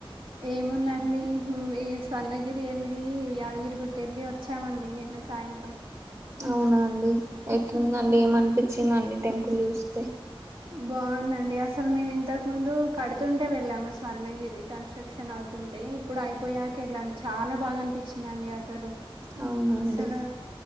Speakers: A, on the right (about 60°); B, on the right (about 30°).
A: ఏముందండి ఈ స్వర్ణగిరి ఎల్లి యాదగిరి గుట్ట వేళ్లి వచ్చామండి నిన్న సా సాయంత్రం
B: అవునా అండి ఎట్లుండండి
A: ఉమ్,
B: ఏమనిపింత్ వచ్చిందండి టెంపుల్ చూస్తే
A: బాగుందండి అసలు మేము ఇంతకు ముందు కడుతుంటే వెళ్ళాము స్వర్ణగిరి కన్స్ట్రక్షన్ అవుతుంటే ఇప్పుడు అయిపోయాక వెళ్ళాము చాలా బాగా అనిపించ్చిదండి అసలు
B: అవునండి
A: అసలు